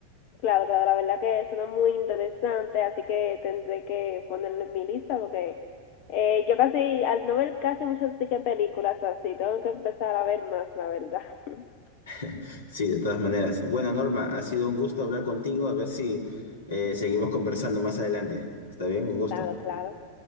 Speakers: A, on the left; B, on the left.
A: Claro, claro, la verdad que suena muy interesante, así que tendré que ponerlo en mi lista porque eh, yo casi, al no ver casi muchas sí que películas así, tengo que empezar a ver más, la verdad. <laughs>
B: <laughs> Sí, de todas maneras. Bueno, Norma, ha sido un gusto hablar contigo. A ver si eh, seguimos conversando más adelante. ¿Está bien? Un gusto.
A: Claro, claro.